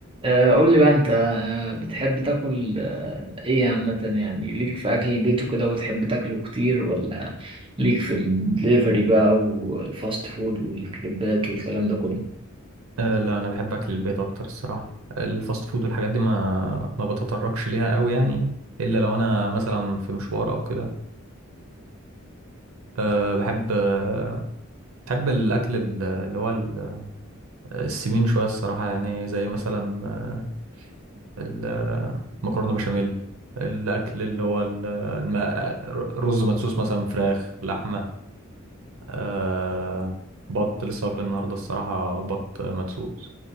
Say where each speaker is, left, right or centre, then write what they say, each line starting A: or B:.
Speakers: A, on the right (about 25°); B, on the right (about 80°).
A: آه، قول لي بقى انت آه، بتحب تاكل آه، ايه عامة يعني ليك في اكل البيت وكده وتحب تاكله كتير ولا ليك في الدليفري بقى والفاست فود والكريبات والكلام ده كله
B: أه لا انا بحب اكل البيت اكتر الصراحه الفاست فود والحاجات دي ما ما بتطرقش ليها قوي يعني الا لو انا مثلا في مشوار او كده أه بحب أه بحب الاكل ال- اللي هو ال- السمين شويه الصراحه يعني زي مثلا آه، ال- آه، المكرونه بشاميل الاكل اللي هو ال- الم- الرز مدسوس مثلا فراخ لحمه أه بط لسه واكل النهارده الصراحه بط مدسوس